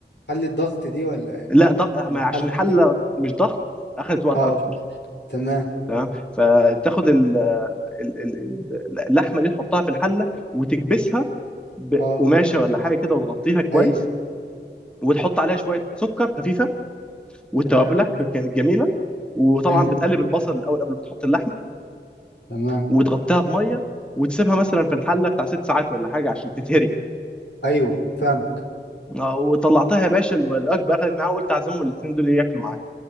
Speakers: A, on the left; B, in the centre.
A: حل الضغط دي ولا ايه
B: لا ضغط
A: ولا
B: ما
A: حل
B: عشان الحله مش ضغط اخذت وقت
A: اه
B: اكتر
A: تمام
B: تمام فتاخد ال- ال- ال- ال- اللحمه دي تحطها في الحله وتكبسها بقماشه
A: اه
B: ولا حاجه كده وتغطيها كويس
A: اي
B: وتحط عليها شويه سكر خفيفه وتوابلك
A: تمام
B: كانت جميله وطبعا
A: امم
B: بتقلب البصل الاول قبل ما تحط اللحمه
A: تمام
B: وتغطيها بميه وتسيبها مثلا في الحله بتاع ست ساعات ولا حاجه عشان تتهري
A: ايوه فاهمك
B: آه، وطلعتها يا باشا الوجبه اخذت معايا وقلت اعزمهم الاثنين دول ياكلوا معايا